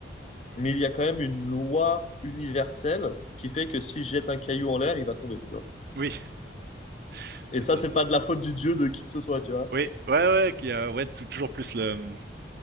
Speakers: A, on the left; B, on the right.
A: mais il y a quand même une loi universelle qui fait que si je jette un caillou en l'air, il va tomber, tu vois.
B: oui, <laughs> tout
A: Et ça,
B: à
A: c'est
B: fait,
A: pas
B: tout
A: de
B: à
A: la
B: fait.
A: faute du dieu de qui que ce soit, tu vois.
B: Oui, ouais, ouais, qui a, ouais, tou- toujours plus le,